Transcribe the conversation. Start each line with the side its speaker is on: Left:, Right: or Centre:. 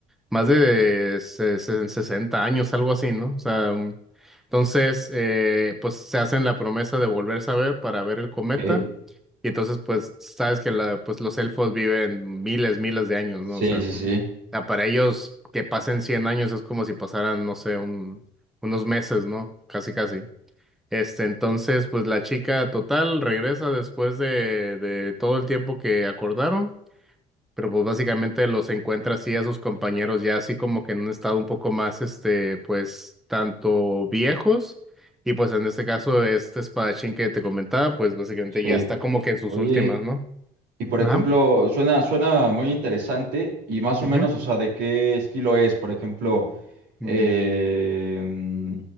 Centre: más de se- se- 60 años, algo así, ¿no? O sea, mm, entonces, eh, pues se hacen la promesa de volverse a ver para ver el cometa.
Right: Ok,
Centre: Y entonces, pues, sabes que la, pues, los elfos viven miles, miles de años,
Right: Sí,
Centre: ¿no? O sea,
Right: sí,
Centre: o
Right: sí,
Centre: sea, para ellos que pasen 100 años es como si pasaran, no sé, un- unos meses, ¿no? Casi, casi. Este, entonces, pues la chica total regresa después de, de todo el tiempo que acordaron. Pero pues básicamente los encuentra así a sus compañeros ya así como que en un estado un poco más, este, pues tanto viejos y pues en este caso este espadachín que te comentaba, pues básicamente
Right: sí.
Centre: ya está como que en sus
Right: Oye,
Centre: últimas, ¿no?
Right: y por
Centre: Ajá.
Right: ejemplo, suena, suena muy interesante y más o
Centre: ujú.
Right: menos, o sea, ¿de qué estilo es? Por ejemplo, eh,
Centre: Mm,
Right: mm,